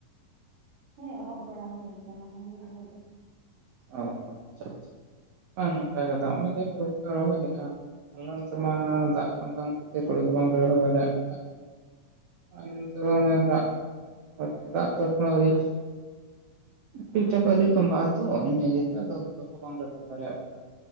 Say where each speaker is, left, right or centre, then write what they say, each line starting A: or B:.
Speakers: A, on the right; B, on the right.
A: ᱦᱮᱸ ᱮᱦᱚᱵ ᱵᱟᱲᱟ ᱦᱩᱭ ᱠᱟᱱᱟ ᱦᱩᱲᱩ ᱨᱚᱦᱚᱭ ᱫᱚ᱾
B: ᱚ ᱟᱪᱪᱷᱟ ᱟᱪᱪᱷᱟ ᱵᱟᱝ ᱱᱟᱯᱟᱭ ᱠᱟᱛᱷᱟ ᱱᱚᱜ-ᱚᱭ ᱡᱮ ᱦᱩᱲᱩ ᱯᱮ ᱨᱚᱦᱚᱭᱮᱜ-ᱟ ᱟᱞᱮ ᱚᱱᱛᱮ ᱢᱟ ᱫᱟᱜ ᱵᱟᱝ ᱠᱷᱟᱹᱛᱤᱨ ᱦᱩᱲᱩ ᱜᱮ ᱵᱟᱝ‌ ᱞᱮ ᱨᱚᱦᱚᱭ ᱫᱟᱲᱮᱭᱟᱜ ᱠᱟᱱᱟ᱾ <unintelligible> ᱫᱚᱢᱮ
A: ᱚ
B: ᱫᱟᱜ ᱫᱟᱜ ᱫᱚ ᱮᱠᱷᱚᱱᱳ ᱟᱹᱣᱨᱤ ᱴᱷᱤᱠ ᱴᱷᱟᱠ ᱟᱹᱣᱨᱤ ᱛᱚᱵᱟᱜ-ᱟ᱾ ᱛᱚ ᱤᱱᱟᱹ ᱤᱭᱟᱹᱛᱮ ᱟᱫᱚ ᱦᱳᱲᱳ ᱠᱚ ᱵᱟᱝᱞᱮ ᱨᱚᱦᱚᱭ ᱫᱟᱲᱮᱭᱟᱜ ᱠᱟᱱᱟ᱾